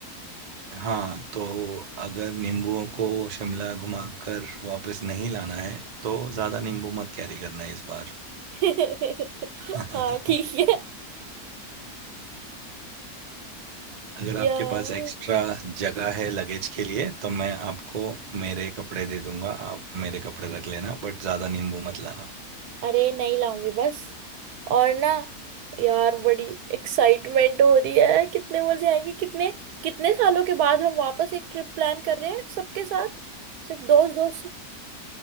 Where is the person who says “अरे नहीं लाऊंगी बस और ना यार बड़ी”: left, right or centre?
Right